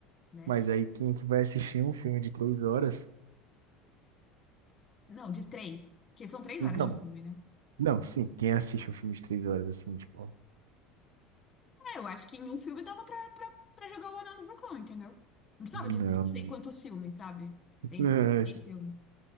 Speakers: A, on the left; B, on the right.
A: né?
B: Mas aí quem é que vai assistir um filme de três horas?
A: Não, de três, porque são três
B: Então,
A: horas de filme, né?
B: não, sim, quem assiste um filme de três horas, assim, tipo,
A: É, eu acho que em um filme dava pra, pra, pra jogar o Anel no Vulcão, entendeu? Não precisava de
B: não,
A: não sei quantos filmes, sabe? Sem
B: <laughs>
A: sem três filmes.